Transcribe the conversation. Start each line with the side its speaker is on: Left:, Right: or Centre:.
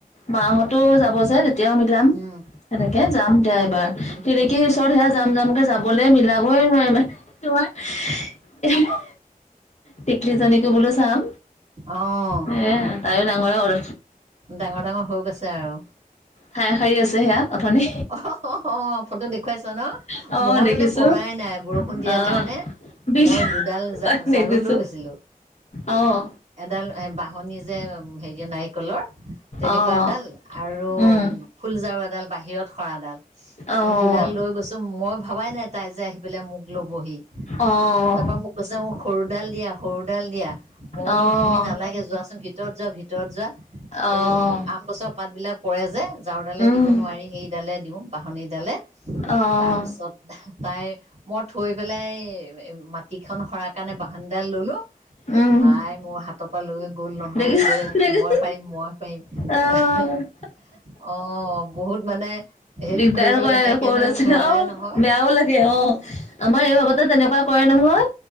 Left: মাহঁতো যাব যে, তেতিয়াও মিলাম,
Right: উম,
Left: সেনেকে যাম দিয়া এবাৰ।
Right: উম,
Left: তিলেকীৰ ওচৰত সেয়া যাম যামকে যাব- বলে মিলাবই নোৱাৰি মানে তোমাৰ, টিকলি জনীকো বোলো চাম।
Right: অঁ।
Left: সে তাইও ডাঙৰে হ'ল।
Right: ডাঙৰ ডাঙৰ হৈ গৈছে আৰু।
Left: ঠাই সাৰি আছে সেয়া। অথনি।
Right: অহ হ হ অ ফটো দেখুৱাইছ ন?
Left: অ
Right: মই
Left: দেখিছো
Right: মানে পৰাই নাই বৰষুণ দিয়াৰ
Left: আহ
Right: কাৰণে।
Left: বিছ
Right: মই দুডাল ঝা-ঝাৰু
Left: তাক দেখিছো
Right: লৈ গৈছিলো।
Left: আহ
Right: এডাল বা - বাঁহনি যে হেৰি নাৰিকলৰ, তেনেকুৱা
Left: আহ
Right: এডাল আৰু,
Left: উম
Right: ফুলঝাৰু এডাল বাহিৰত সৰাডাল।
Left: আহ
Right: দুডাল লৈ গৈছো মই ভবাই নাই, তাই যে আহি পেলাই মোক ল'বহি।
Left: আহ
Right: তাৰ পৰা মোক, কৈছে মোক সৰুডাল দিয়া, সৰুডাল দিয়া। মই বোলো
Left: আহ
Right: তুমি নালাগে যোৱা চোন ভিতৰত যোৱা ভি <unintelligible> ভিতৰত যোৱা।
Left: আহ
Right: এই আম গছৰ পাতবিলাক পৰে যে ঝাৰুডালে
Left: উম
Right: দিব নোৱাৰি সেইডালে দিওঁ। <inaudible> বাঁহনি ডালে
Left: আহ
Right: তাৰপিছত <unintelligible> <unintelligible> তাই মই থৈ পেলাই মাটিখন সৰাৰ কাৰণে বাঁহনিডাল ললো
Left: উম
Right: তাই মোৰ হাতৰ পৰা লৈ গ'ল নহয়,
Left: দেখিছ
Right: গৈ আছো
Left: দেখিছ
Right: মই পাৰিম, মই পাৰিম।
Left: আহ
Right: <unintelligible> অঁ বহুত মানে <inaudible>
Left: দিগদাৰ
Right: কৰিবলৈ
Left: কৰে,
Right: আহে
Left: সৰু
Right: কিন্তু
Left: ল'ৰা-ছোৱালী
Right: নোৱাৰে
Left: অঁ
Right: নহয়
Left: <unintelligible> বেয়াও লাগে অঁ আমাৰ এই আগতে তেনেকুৱা <inaudible> কৰে নহয়